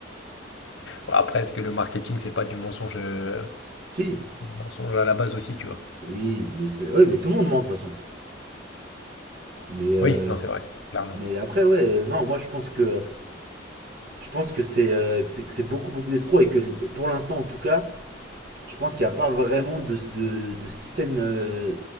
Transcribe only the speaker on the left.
Bon, après, est-ce que le marketing, c'est pas du mensonge, euh,
mensonge à la base aussi, tu vois?
Oui, non, c'est vrai, clairement.